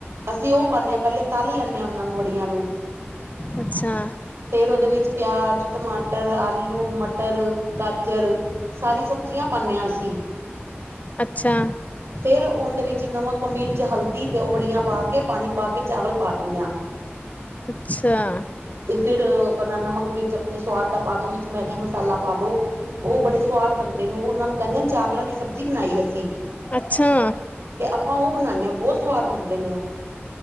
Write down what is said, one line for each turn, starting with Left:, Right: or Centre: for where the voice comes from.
Right: ਅਸੀਂ ਉਹ ਪਾਉਂਨੇ ਹਾਂ, ਪਹਿਲੇ ਤਲ ਲੈਂਦੇ ਹਾਂ ਉਹਨਾਂ ਨੂੰ ਵੜੀਆਂ ਨੂੰ।
Left: ਅੱਛਾ
Right: ਫੇਰ ਉਹਦੇ ਵਿੱਚ ਪਿਆਜ ਟਮਾਟਰ ਆਲੂ ਮਟਰ ਗਾਜਰ, ਸਾਰੀ ਸਬਜ਼ੀਆਂ ਪਾਉਂਨੇ ਆ ਅਸੀਂ।
Left: ਅੱਛਾ
Right: ਫੇਰ ਉਹਦੇ ਵਿੱਚ ਨਮਕ ਮਿਰਚ ਹਲਦੀ ਤੇ ਔ ਵੜੀਆਂ ਪਾ ਕੇ, ਪਾਣੀ ਪਾ ਕੇ, ਚਾਵਲ ਪਾ ਦਿੰਨੇ ਆਂ।
Left: ਅੱਛਾ
Right: ਤੇ ਫਿਰ ਬਣਾ ਨਮਕ ਮਿਰਚ ਆਪਣੇ ਸਵਾਦ ਦਾ ਪਾ ਦੋ, ਵਿੱਚ ਮੈਗੀ ਮਸਾਲਾ ਪਾ ਦੋ। ਉਹ ਬੜੇ ਸਵਾਦ ਬਣਦੇ ਨੇ, ਉਹ ਉਹਨਾਂ ਨੂੰ ਕਹਿੰਦੇ ਚਾਵਲਾਂ ਦੀ ਸਬਜ਼ੀ ਬਣਾਈ ਅਸੀਂ।
Left: ਅੱਛਾ
Right: ਤੇ ਆਪਾਂ ਉਹ ਬਣਾਉਂਨੇ ਆਂ, ਬਹੁਤ ਸਵਾਦ ਬਣਦੇ ਨੇ ਉਹ।